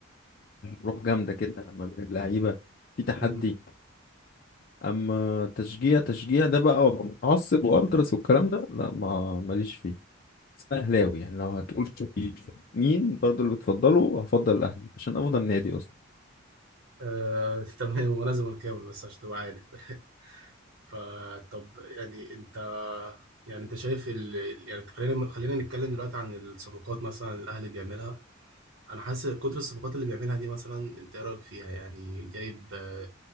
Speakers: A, on the left; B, on the right.
A: روح جامدة كده ما بين اللعيبة في تحدي
B: مم.
A: أما تشجيع تشجيع ده بقى وأبقى متعصب وألتراس والكلام ده لا ما ماليش فيه بس أنا أهلاوي يعني لو هتقول في مين برضو اللي بتفضله هفضل الأهلي عشان أفضل نادي أصلا
B: آه، <laughs> تمام وانا زملكاوي بس عشان تبقى عارف <laughs> فطب يعني انت يعني انت شايف ال... ال- يعني خلينا خلينا نتكلم دلوقتي عن الصفقات مثلا الاهلي بيعملها انا حاسس كتر الصفقات اللي بيعملها دي مثلا انت ايه رايك فيها يعني جايب آه،